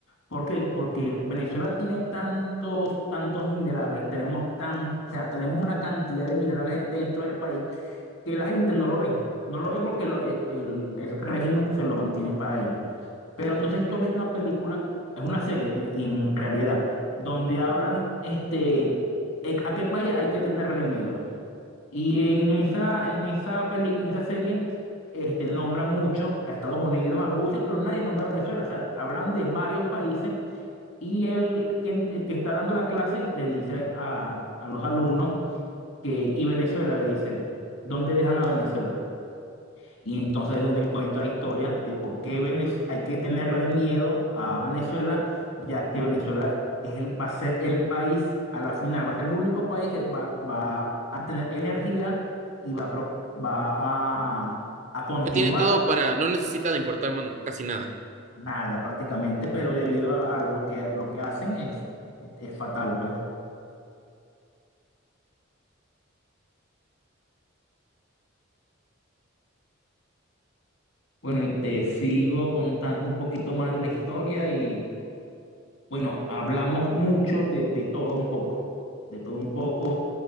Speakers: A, on the left; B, on the right.
A: ¿Por qué? Porque Venezuela tiene tantos, tantos minerales, tenemos tan, o sea, tenemos una cantidad de minerales dentro del país que la gente no lo ve. No lo ve porque lo- el, el- el régimen se lo mantiene para ellos. Pero no sé si tú has visto una película, es una serie en, en realidad, donde hablan este, eh, a qué país hay que tenerle miedo. Y en esa, en esa peli, en esa serie este, nombran mucho a Estados Unidos, a Rusia, pero nadie nombra a Venezuela. O sea, hablan de varios países y el que, el que está dando la clase le dice a, a los alumnos que, y Venezuela le dice, ¿dónde dejan a Venezuela? Y entonces es donde él cuenta la historia de por qué Venez- hay que tenerle miedo a Venezuela, ya que Venezuela es el- va a ser el país, a la final, va a ser el único país que va, va a tener energía y va, a pro- va a, a continuar
B: Que tiene todo para, no necesita de importar man- casi nada.
A: nada prácticamente, pero debido a, a lo que, lo que hacen es, es fatal, pues. Bueno, y te sigo contando un poquito más de la historia y Bueno, hablamos mucho de, de todo un poco, de todo un poco,